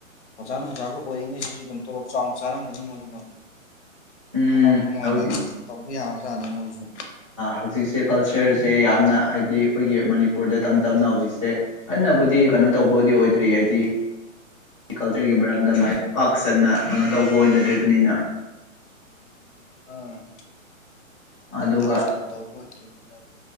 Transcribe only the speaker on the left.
ꯑꯣꯖꯥꯅꯣ ꯌꯥꯒꯣ ꯑꯣꯏꯔꯤꯉꯩꯁꯤꯁꯨ ꯑꯗꯨꯝ ꯇꯣꯂꯣꯞ ꯆꯥꯎꯅ ꯆꯥꯔꯝꯒꯅꯤ ꯃꯣꯏꯁꯤꯗꯣ
ꯊꯕꯛ ꯑꯃ ꯑꯣꯏꯅ
ꯑꯗꯨꯝ ꯇꯧꯕ ꯌꯥꯕꯖꯥꯠꯅꯤ ꯃꯣꯏꯁꯨ
ꯎꯥ
ꯄꯥꯛ ꯁꯟꯅ ꯇꯧꯕ ꯑꯣꯏꯗ꯭ꯔꯤꯕꯅꯤꯅ ꯑꯗꯨ